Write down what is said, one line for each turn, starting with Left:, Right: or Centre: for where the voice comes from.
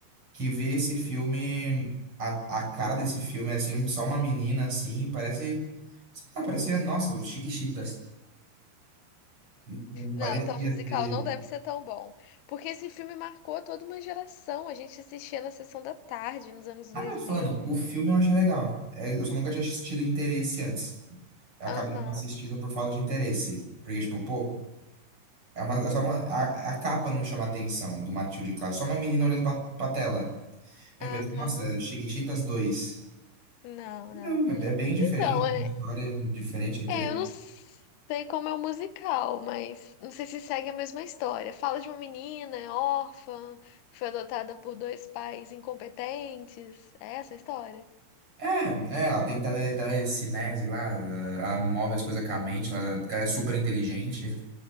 Right: que vê esse filme, a, a cara desse filme é assim, só uma menina assim, parece, sei lá, parecia, nossa, Chiquititas. Não parecia
Left: Não, então o musical
Right: ter.
Left: não deve ser tão bom. Porque esse filme marcou toda uma geração. A gente assistia na sessão da tarde, nos anos
Right: Ah,
Left: dois
Right: não, tô
Left: mil
Right: falando, o filme eu achei legal. É, Eu só nunca tinha assistido Interesse antes. Eu
Left: Aham,
Right: acabei não assistindo por falta de interesse. Porque, tipo, pô, É uma, é só uma, a, a capa não chama atenção do Matilde Clark, só uma menina olhando pra, pra tela. Eu
Left: aham.
Right: pensei, nossa, Chiquititas dois
Left: Não, não.
Right: Não, é, é bem diferente,
Left: Então, é.
Right: uma história diferente, interessante.
Left: É, eu não sei como é o musical, mas não sei se segue a mesma história. Fala de uma menina órfã, que foi adotada por dois pais incompetentes. É essa a história?
Right: É, é, ela tem tele, telecinese lá, ela move as coisas com a mente, ela, porque ela é super inteligente.